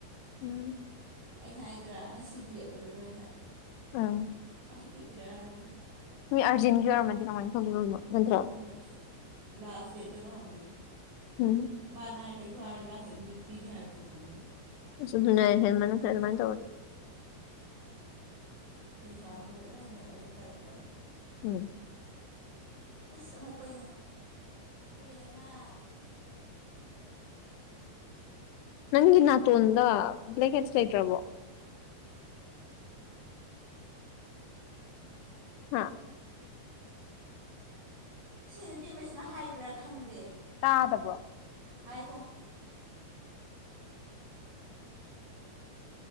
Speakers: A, on the left; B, on the right.
A: ꯎꯝ
B: ꯑꯩꯅ ꯍꯥꯏꯗ꯭ꯔꯥ ꯉꯁꯤꯗꯤ ꯑꯣꯏꯔꯔꯣꯏꯅ
A: ꯎꯝ
B: ꯁꯨꯡꯄꯤ ꯄꯤꯔꯛꯑꯔꯣꯏꯅ
A: ꯃꯤ ꯑꯔꯖꯦꯟꯒꯤ ꯑꯣꯏꯔꯝꯃꯗꯤ ꯀꯃꯥꯏ ꯇꯧꯗꯣꯏꯕ ꯅꯠꯇ꯭ꯔꯣ
B: ꯑꯁ ꯂꯥꯁ ꯗꯦꯠꯇꯒ ꯍꯪꯉꯥꯛꯑꯦ
A: ꯎꯝ
B: ꯃꯥꯅꯥ ꯍꯥꯏꯔꯤꯁꯦ ꯑꯗꯨ ꯍꯥꯏꯔ ꯂꯥꯁ ꯗꯦꯠꯇ ꯄꯤꯔꯁꯨ ꯄꯤꯒꯦ ꯍꯥꯏꯕꯅꯤꯕ
A: ꯁꯨꯝ ꯌꯥꯏ ꯍꯦꯜꯃꯟꯈ꯭ꯔꯦ ꯑꯗꯨꯃꯥꯏ ꯇꯧꯔꯗꯤ
B: ꯄꯩꯁꯥꯕꯨ ꯂꯥꯏꯅ ꯎꯕ ꯇꯥꯏꯞꯇ
A: ꯎꯝ
B: ꯏꯁ ꯑꯃꯨꯛ ꯄꯩꯅ ꯕꯦꯝꯃ
A: ꯅꯪꯒꯤ ꯅꯇꯣꯟꯗ ꯕ꯭ꯂꯦꯛ ꯍꯦꯠꯁ ꯂꯩꯇ꯭ꯔꯕꯣ ꯍꯥꯥ
B: ꯁꯤ ꯅꯨꯄꯤꯃꯁꯤꯅ ꯍꯥꯏꯕ꯭ꯔꯥ ꯈꯪꯗꯦ
A: ꯇꯥꯗꯕꯔꯣ
B: ꯑꯩꯍꯣ